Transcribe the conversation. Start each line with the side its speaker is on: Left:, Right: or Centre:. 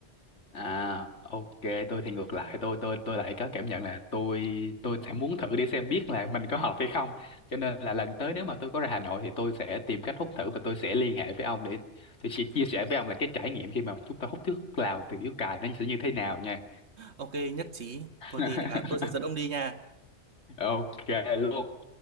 Left: À, ok, tôi thì ngược lại, tôi tôi tôi lại có cảm nhận là tôi tôi sẽ muốn thử đi xem biết là mình có hợp hay không. Cho nên là lần tới nếu mà tôi có ra Hà Nội thì tôi sẽ tìm cách hút thử và tôi sẽ liên hệ với ông để tôi sẽ chia sẻ với ông là cái trải nghiệm khi mà chúng ta hút thuốc lào từ điếu cày nó sẽ như thế nào nha.
Right: ok nhất trí
Left: <laughs>
Right: có gì là tôi sẽ dẫn ông đi nha
Left: Ok luôn.